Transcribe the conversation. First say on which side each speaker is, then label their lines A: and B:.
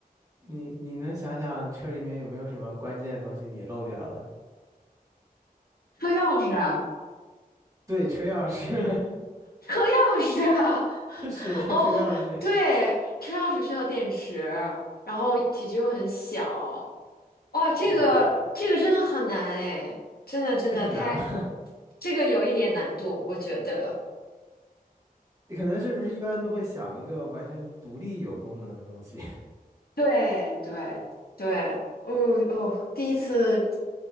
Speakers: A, on the right (about 20°); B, on the left (about 80°).
A: 你你能想想车里面有没有什么关键的东西你漏掉了？
B: 车钥匙啊
A: 对，车钥匙，
B: 车钥匙啊
A: <laughs> 是的，
B: <laughs> 哦，
A: 车钥匙，
B: 对，车钥匙需要电池，然后体积又很小，
A: <laughs>
B: 哇，
A: 是的，
B: 这个这个真的很难哎，
A: 是的，
B: 真的真的太，
A: 是很难吗？
B: 这个有一点难度，我觉得。
A: 你可能是不是一般都会想一个完全独立有功能的东西？
B: 对对对，哦哦，第一次